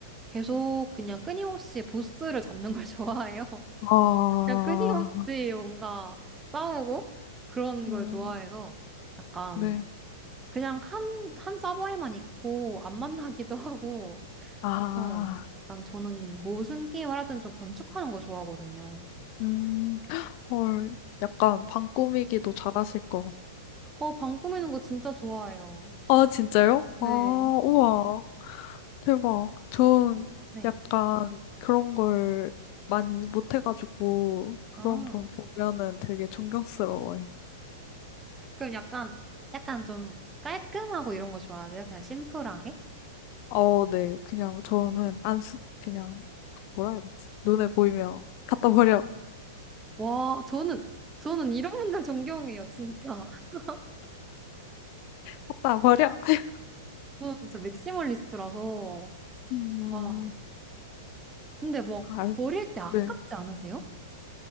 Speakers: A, on the right (about 15°); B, on the left (about 45°).
A: 계속 그냥 끊임없이 보스를 잡는 걸 <laughs> 좋아해요.
B: 아,
A: 그냥 끊임없이 뭔가 싸우고 그런 걸
B: 음,
A: 좋아해서 약간
B: 네.
A: 그냥 한, 한 서버에만 있고 안 만나기도 <laughs> 하고
B: 아,
A: 어, 약간 저는 무슨 게임을 하든 좀 건축하는 거 좋아하거든요.
B: 음, <gasps> 헐, 약간 방꾸미기도 잘하실 것 같아요.
A: 어, 방 꾸미는 거 진짜 좋아해요.
B: 아, 진짜요?
A: 네.
B: 아, 우와, 대박. 전
A: 네.
B: 약간 그런 걸 많이 못해가지고 그런
A: 아,
B: 분 보면은 되게 존경스러워요.
A: 그럼 약간, 약간 좀 깔끔하고 이런 거 좋아하세요? 그냥 심플하게?
B: 어, 네. 그냥 저는 안 쓰, 그냥 뭐라 해야 되지? 눈에 보이면 갖다 버려.
A: 와, 저는, 저는 이런 분들 존경해요, 진짜. <laughs>
B: 갖다 버려. <laughs>
A: 저는 진짜 맥시멀리스트라서.
B: 음,
A: 아, 근데 막
B: 아,
A: 버릴 때 아깝지
B: 네.
A: 않으세요?